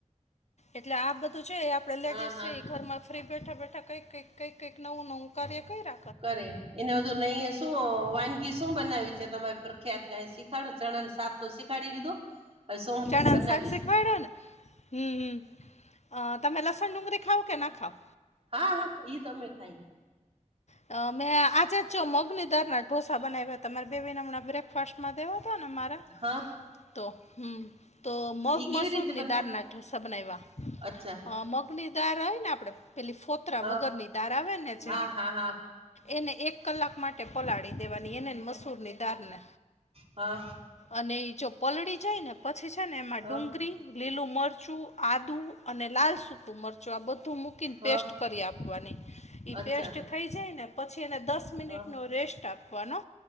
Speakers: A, on the left; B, on the right.
A: એટલે આ બધું છે આપડે લેડીસ
B: હા હા
A: ઘર માં ફરી બેઠા બેઠા કઈ કક કઈ કક નવ નવ કર્યા કઈ
B: કરે એને બધું નહી શું વાન શું બનાવી છે ત પ્રખ્યાત ક શીખાડો ચણ સાત શીખાડી દીધો હવે સોમ
A: ચણન
B: બનાવીશ
A: સાક્સખવાડન હમ્મ હમ્મ, અ તમે લસણ ડુંગરી ખાવ કે ના ખાવ?
B: હા હા ઈ તમે ખાઈ.
A: અ મેં આજે જ જો, મગનીદાર ઢોસા બનાવ્યા, તમારે બેબી ને હમણાં બ્રેકફાસ્ટ માં દેવા તો ને મારા,
B: હા
A: તો હમ્મ તો મગ
B: ઈ કેવી
A: મસૂર
B: રીતે
A: ની
B: બનાવે
A: દાળ ના ડોસા બનાવ્યા,
B: અચ્છા
A: અ મગ ગ ની દાર આવેને આપડે, પેલી ફોતરા
B: હા
A: વગર ની દાર આવે ને જે.
B: હા હા હા
A: એને એક કલાક માટે પલાળી દેવાની, એને મસૂર ની દારને.
B: હા
A: અને ઈ જો પલળી જાય ને, પછી છે ને એમાં
B: હા
A: ડુંગળી, લીલું મરચું, આદ દુ અને લાલ સૂકું મરચું, આ બધું મૂકીને
B: હા
A: પેસ્ટ કરી આપવાની.
B: અચ્છા
A: ઈ પેસ્ટ થઈ જાય ને, પછી એને દસ મિનિટનો
B: હા
A: રેસ્ટ આપવાનો,